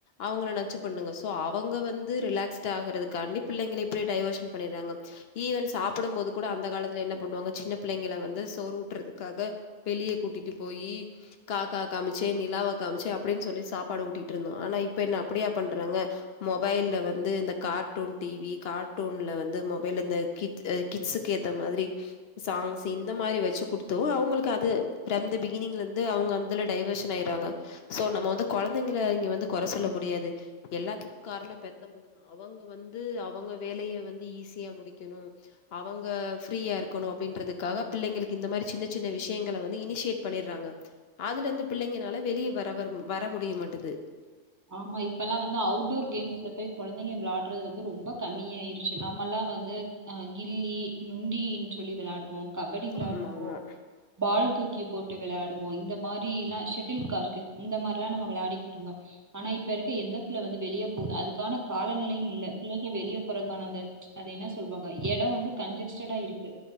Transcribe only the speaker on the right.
ஆமா இப்பல்லா வந்து அவுட்டோர் கேம்ஸ்ல போய் கொழந்தைங்க விளையாடுறது வந்து ரொம்ப கம்மியாய்ருச்சு நம்மல்லா வந்து அ கில்லி நுண்டின் சொல்லி விளாடுவோ கபடி விளாடுவோ
பால் தூக்கி போட்டு விளாடுவோ இந்த மாரில்லா ஷட்டில்காக் இருக்கு இந்த மாரில்லா நம்ம விளாடிக்கிட் இருந்தோ ஆனா இப்ப இருக்க எந்த பிள்ள வந்து வெளிய போது அதுக்கான காலநிலையு இல்ல பிள்ளைங்க வெளிய போறதுக்கானந்த அது என்ன சொல்லுவாங்க இடம் வந்து கஞஜெஸ்டடா இருக்கு